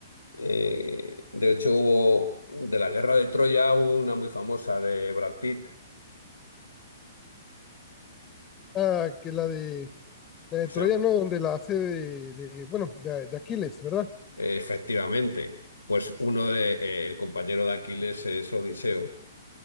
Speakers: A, on the left; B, on the left.
A: Eh, de hecho, hubo de la Guerra de Troya, hubo una muy famosa de Brad Pitt,
B: ah, que la de, la de
A: que
B: Troya,
A: se llama-
B: ¿no? Donde la hace de, de bueno, de, de Aquiles, ¿verdad?
A: eh, efectivamente, pues uno de eh, el compañero de Aquiles es Odiseo.